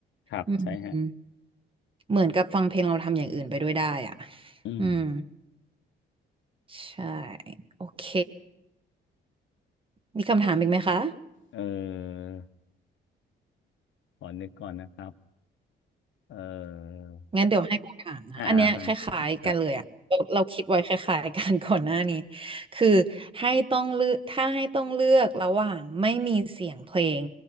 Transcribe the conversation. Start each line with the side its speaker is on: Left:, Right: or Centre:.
Left: ครับใช่ฮะ
Right: อืมอืมเหมือนกับฟังเพลงเราทำอย่างอื่นไปด้วยได้อ่ะ
Left: อืม
Right: อืมใช่โอเคมีคำถามอีกไหมคะ
Left: เออขอนึกก่อนนะครับเออ
Right: งั้นเดี๋ยวให้โบถามนะอันเนี้ยคล้ายๆกันเลยอะเราเราคิดไว้คล้ายๆกันก่อนหน้านี้
Left: อ่าอ่าฮะครับ
Right: คือให้ต้องเลือกถ้าให้ต้องเลือกระหว่างไม่มีเสียงเพลง